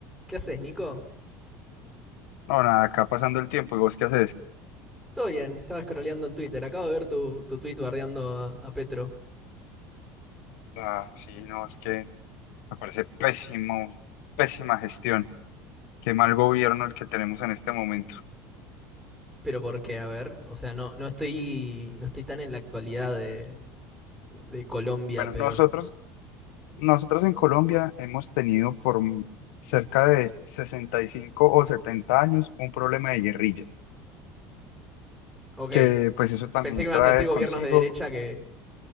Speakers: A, in the centre; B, on the left.
A: ¿Qué haces, Nico?
B: No, nada, acá pasando el tiempo, ¿y vos qué haces?
A: Todo bien, estaba scrolleando en Twitter. Acabo de ver tu, tu tweet bardeando a, a Petro.
B: Ah, sí, no, es que me parece pésimo, pésima gestión, qué mal gobierno el que tenemos en este momento.
A: ¿Pero por qué? A ver. O sea, no, no estoy. No estoy tan en la actualidad de, de Colombia,
B: Bueno,
A: pero.
B: nosotros, nosotros en Colombia hemos tenido por m- cerca de 65 o 70 años un problema de guerrillas,
A: Ok.
B: que pues eso también
A: Pensé que me
B: trae
A: vas a decir gobiernos
B: consigo,
A: de derecha que.